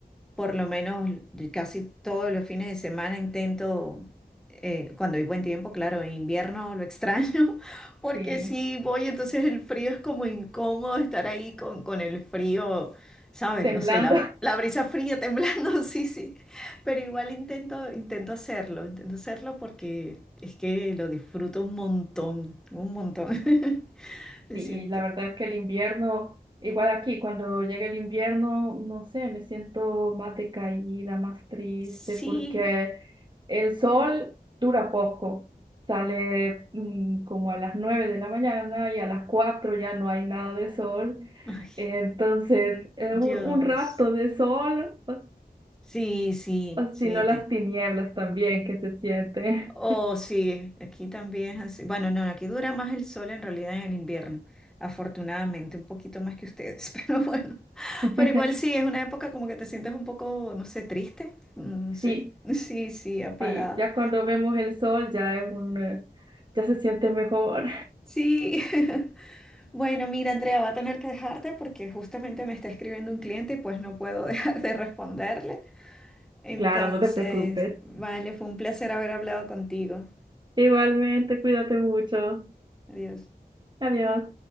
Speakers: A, in the centre; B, on the right.
A: por lo menos casi todos los fines de semana intento, eh, cuando hay buen tiempo, claro, en invierno lo extraño, <laughs> porque
B: Sí,
A: si voy, entonces el frío es como incómodo estar ahí con, con el frío, ¿sabes?
B: temblando.
A: No sé, la, la brisa fría temblando, <laughs> sí, sí, pero igual intento, intento hacerlo, intento hacerlo porque es que lo disfruto un montón, un montón. <laughs> Me
B: Sí,
A: siento.
B: y la verdad es que el invierno, igual aquí, cuando llega el invierno, no sé, me siento más decaída, más triste,
A: Sí,
B: porque el sol dura poco. Sale mm, como a las 9 de la mañana y a las 4 ya no hay nada de sol.
A: ay,
B: Entonces, eh,
A: Dios.
B: un, un rato de sol, o,
A: Sí, sí,
B: o
A: sí,
B: si no las
A: te-
B: tinieblas también que se siente.
A: Oh, sí, aquí también es así. Bueno, no, aquí dura más el sol en realidad en el invierno, afortunadamente, un poquito más que ustedes, <laughs> pero bueno,
B: <laughs>
A: pero igual sí, es una época como que te sientes un poco, no sé, triste, no sé,
B: Sí,
A: <laughs> sí, sí, apagada.
B: sí, ya cuando vemos el sol ya es un, eh, ya se siente mejor.
A: Sí, <laughs> bueno, mira, Andrea, va a tener que dejarte porque justamente me está escribiendo un cliente y pues no puedo <laughs> dejar de responderle. Entonces,
B: Claro, no te preocupes.
A: vale, fue un placer haber hablado contigo.
B: Igualmente, cuídate mucho.
A: Adiós.
B: Adiós.